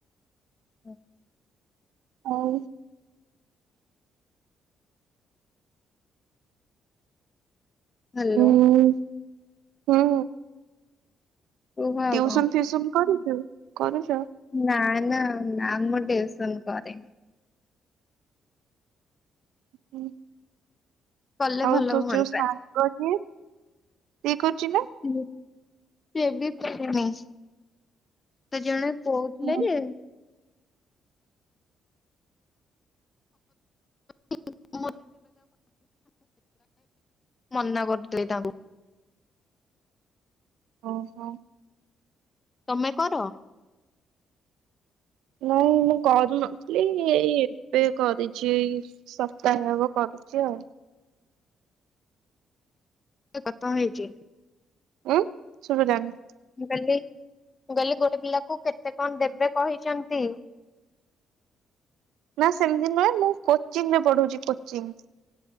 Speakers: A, on the left (about 25°); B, on the right (about 85°).
A: ହୁଁ
B: ଆଉ
A: ହ୍ୟାଲୋ।
B: ଉଁ ହୁଁ
A: କୁହ ଆଉ
B: ଟ୍ୟୁସନ
A: କଣ
B: ଫିୁୟୁସନ କରୁଚୁ କରୁଚ?
A: ନା ନା ନା ଆମ ଟିଉସନ କରିନି।
B: ହଁ
A: କଲେ
B: ଆଉ
A: ଭଲ
B: ତତୋର
A: ହୁଅନ୍ତା
B: ଯୋଉ ସାର <unintelligible> କିଏ କରୁଚି ନା?
A: ହୁଁ ସିଏ ବି ପଢିନି। ତ ଜଣେ କହୁଥିଲେ
B: ହୁଁ,
A: ନା <unintelligible> ମନା କରିଥିଲି ତାଙ୍କୁ।
B: ଓହୋ।
A: ତମେ କର?
B: ନାଇଁ ମୁଁ କରୁ ନଥିଲି ଏଇ ଏବେ କରିଚି ଏଇ ସପ୍ତାହେ ହବ କରୁଚି ଆଉ।
A: କଥା ହେଇଚି।
B: ଉଁ <unintelligible>
A: ମୁଁ କହିଲି ମୁଁ କହିଲି ଗୋଟେ ପିଲାକୁ କେତେ କଣ ଦେବେ କହିଛନ୍ତି?
B: ନା ସେମିତି ନୁହେଁ ମୁଁ କୋଚିଂ ରେ ପଢୁଚି କୋଚିଂ।